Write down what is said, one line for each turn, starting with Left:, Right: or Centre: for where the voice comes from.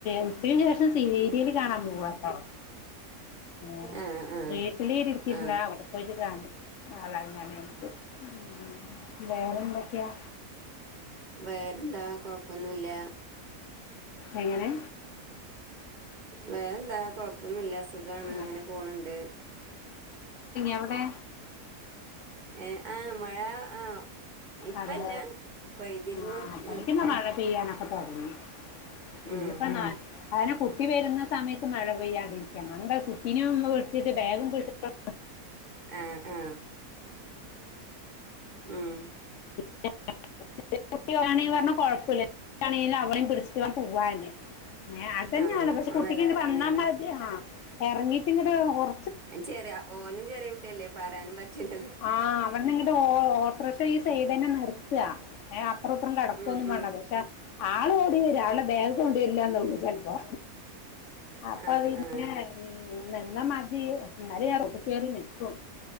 Left: ഉച്ചക്ക് ശേഷം സീരിയല് കാണാൻ പോവാട്ടോ. ഏഹ്
Right: ആ ആ
Left: വീട്ടിലിര് ക്കിര്ന്നാ
Right: ആ
Left: അവടെ പോയിട്ട് കാണും. ആളങ്ങനേയ്ട്ട്. ഉം വേറെന്തൊക്കെയാ?
Right: വേറെന്താ കൊഴപ്പൊന്നുല്ല.
Left: എങ്ങനെ?
Right: വേറെന്താ കൊഴപ്പ പ്പൊന്നുല്ല സുഖാണ്
Left: ആ
Right: അങ്ങനെ പോണണ്ട്.
Left: എവടെ?
Right: ഏഹ് ആഹ് മഴ ആഹ്. ഇപ്പല്ല
Left: അതെ
Right: പെയ്തിരുന്നു
Left: ആഹ്
Right: ഉം
Left: <unintelligible> മഴ പെയ്യനം. <unintelligible> ഇനീപ്പന്താ
Right: ഉം
Left: അതന്നെ കുട്ടി വരുന്ന സമയത്ത് മഴ പെയ്യാണ്ടിരിക്കാം, അതെന്താ കുട്ടീനേം ഒന്ന് വിളിച്ചിട്ട് ബാഗും പിടിച്ചു
Right: ആഹ് ആ. ആഹ്
Left: <unintelligible> <unintelligible> പറഞ്ഞാ കൊഴപ്പോല്ല <unintelligible> അവ്ടെയും പിടിച്ചിട്ട് <unintelligible> പോവ്വാന്. ഏഹ് അഹ് തന്നെയാണ്
Right: ആഹ്
Left: പക്ഷെ
Right: അത്
Left: കുട്ടിക്ക്
Right: നല്ല
Left: ഇങ്ങട്
Right: എടങ്ങേറാ
Left: വന്നാ മതി ആ ഇറങ്ങീട്ട് ഇങ്ങട് ഒറ
Right: എനിച്ചറിയാം ഓനും ചെറിയ കുട്ടിയല്ലേ പറയാനും പറ്റില്ലല്ലോ.
Left: ആഹ്, അവിടന്നിങ്ങട് ഓ ഓ ഓട്ടോറിക്ഷ ഈ സൈഡ്ന്നെ നിർത്താ ഏഹ്, അപ്പറോം ഇപ്പറോം കടക്കൊന്നും
Right: ഉം
Left: വേണ്ട
Right: ഉം
Left: പക്ഷെ ആള് ഓടി വരും ആളെ ബാഗ് കൊണ്ടരില്ലാന്നെ ഉള്ളു ചെലപ്പോ. അപ്പൊ
Right: ആഹ്
Left: പിന്നെ
Right: ആഹ്
Left: നിന്നാ മതി എന്നാലും ഞാ റൊട്ട്ക്ക്‌ കേറി നിക്കും.